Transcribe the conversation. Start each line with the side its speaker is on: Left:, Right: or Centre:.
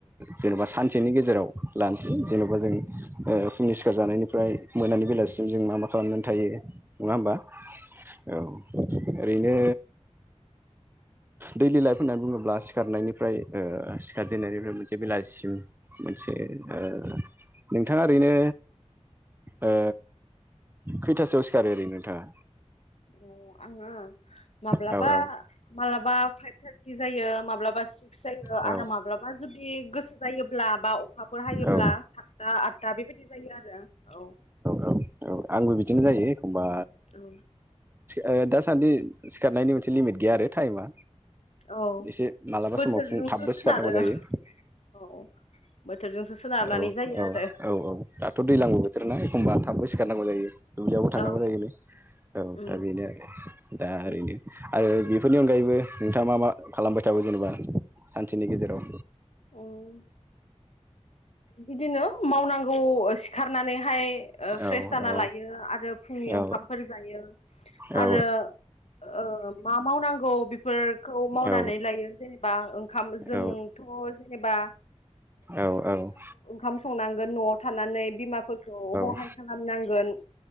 Right: जेनबा सानसेनि गेजेराव लानोसै जेनबा जों ओ फुंनि सिखार जानायनिफ्राय मोनानि बेलासि जों मा मा खालामनानै थायो नङा होमबा औ। ओरैनो दैलि लाइफ होननानै बुङोब्ला सिखारनायनिफ्राय ओ सिखारजेननायनिफ्राय मोनसे बेलासिसिम मोनसे ओ नोंथाङा ओरैनो ओ खैथासोआव सिखारो ओरैनो नोंथाङा?
Left: अ आङो माब्लाबा
Right: औ औ
Left: मालाबा फाइभ थार्टि जायो माब्लाबा सि स्क जायो
Right: औ
Left: आरो माब्लाबा जुदि गोसो जायोब्ला बा अखाफोर हायोब्ला
Right: औ
Left: सातथा आद दा बेबायदि बायदि आरो औ।
Right: औ औ आंबो बिदिनो जायो एखमबा।
Left: औ
Right: ओ दासान्दि सिखारनायनि मोनसे लिमिट गैया आरो टाइमा।
Left: औ
Right: एसे मालाबा
Left: बोथोरजोंसो
Right: समाव फुं थाबबो
Left: सोनारो
Right: सिखारनांगौ जायो।
Left: औ बोथोरजोंसो सोनारनानै
Right: औ
Left: जायो आरो।
Right: औ औ दाथ' दैलांबो बोथोर ना एखमबा थाबबो सिखारनांगौ जायो दुब्लियावबो थांनांगौ
Left: औ
Right: जायो। औ
Left: उम
Right: दा बेनो आरो दा ओरैनो
Left: उम
Right: आरो बेफोरनि अनगायैबो। नोंथाङा मा मा खालामबाय थागौ जेनेबा सानसेनि गेजेराव।
Left: उम बिदिनो मावनांगौ सिखारनानैहाय। ओ फ्रेह
Right: औ
Left: जाना
Right: औ
Left: लायो आरो फुंनि
Right: औ
Left: ओंखामफोर जायो
Right: औ
Left: आरो ओ ओ मा मावनांगौ बेफोरखौ मावनानै
Right: औ
Left: लायो जेनेबा ओंखाम जोंथ'
Right: औ
Left: जेनेबा।
Right: औ औ।
Left: खाम संनांगोन न'आव थानानै बिमाफोरखौ हहाय
Right: औ
Left: खालामनांगोन।